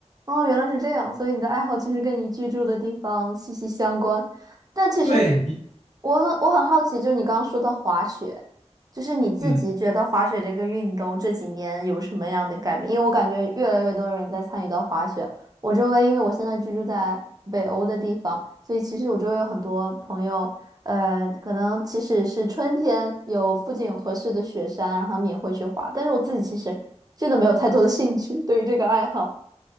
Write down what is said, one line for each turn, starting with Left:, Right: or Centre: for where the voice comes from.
Right: 哦，原来是这样，所以你的爱好其实跟你居住的地方息息相关。但其实
Left: 对你，
Right: 我很我很好奇，就是你刚刚说的滑雪，就是你自己觉得滑雪这个运动这几年有什么样的改变？
Left: 嗯，
Right: 因为我感觉越来越多人在参与到滑雪。我周围，因为我现在居住在北欧的地方，所以其实我周围有很多朋友，呃，可能即使是春天有附近有合适的雪山，然后他们也会去滑。但是我自己其实真的没有太多的兴趣对于这个爱好。